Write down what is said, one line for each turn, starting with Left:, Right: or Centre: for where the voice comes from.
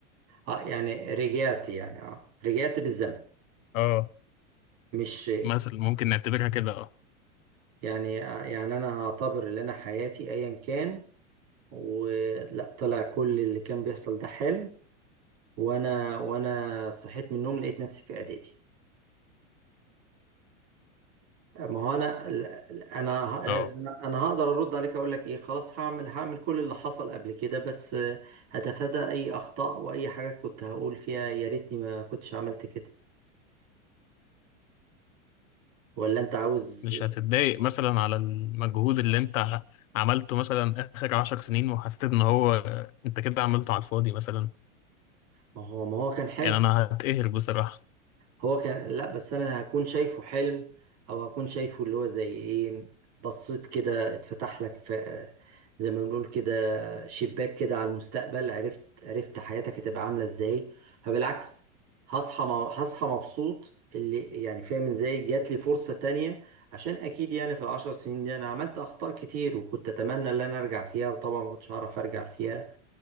Right: اه يعني رجعت يعني اه رجعت بالزمن
Left: اه
Right: مش
Left: مثلا ممكن نعتبرها كده اه
Right: يعني آه، يعني انا هعتبر ان انا حياتي ايا كان ولا طلع كل اللي كان بيحصل ده حلم وانا وانا صحيت من النوم لقيت نفسي في اعدادي ما هو انا ال- ال- انا ه- انا
Left: اه
Right: أنا هقدر ارد عليك اقول لك ايه خلاص هعمل هعمل كل اللي حصل قبل كده بس آه، هتفادى اي اخطاء واي حاجه كنت هقول فيها يا ريتني ما كنتش عملت كده ولا انت عاوز
Left: مش هتتضايق مثلا على المجهود اللي انت عملته مثلا اخر عشر سنين وحسيت ان هو انت كده عملته على الفاضي مثلا
Right: ما هو ما هو كان حلو
Left: يعني انا هتقهر بصراحة
Right: هو كان لا بس انا هكون شايفه حلم او هكون شايفه اللي هو زي ايه بصيت كده اتفتح لك في زي ما بنقول كده شباك كده على المستقبل عرفت عرفت حياتك هتبقى عامله ازاي فبالعكس هصحى م- هصحى مبسوط اللي يعني فاهم ازاي جات لي فرصه تانية عشان اكيد يعني في العشر سنين دي انا عملت اخطاء كتير وكنت اتمنى ان انا ارجع فيها وطبعا ما كنتش هعرف ارجع فيها